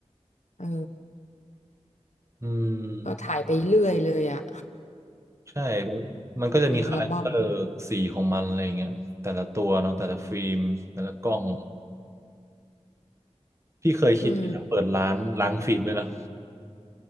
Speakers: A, on the left; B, on the right.
A: เออ
B: อืม
A: ก็ถ่ายไปเรื่อยเลยอ่ะ
B: ใช่แล้วมันก็จะมีคาแรคเตอร์สีของมันอะไรอย่างเงี้ยแต่ละตัวเนาะแต่ละฟิล์มแต่ละกล้อง
A: เต็มอัลบั้ม
B: พี่เคยคิดจะเปิดร้านล้างฟิล์มด้วยนะ
A: อืม